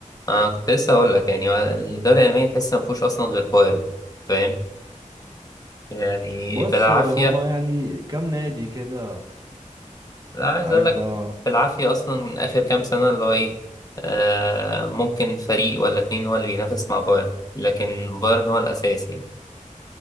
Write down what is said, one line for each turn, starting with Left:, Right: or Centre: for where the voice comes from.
Left: أنا كنت لسه هقول لك يعني هو الدوري الألماني تحس ما فيهوش أصلا غير بايرن فاهم يعني
Right: بص
Left: بالعافية
Right: آه، هما يعني كام نادي كده
Left: لا عايز
Right: عارف
Left: أقول لك
Right: بقى
Left: بالعافية أصلا آخر كام سنة اللي هو إيه آه ممكن فريق ولا اتنين هو اللي بينافس مع بايرن لكن بايرن هو الأساس يعني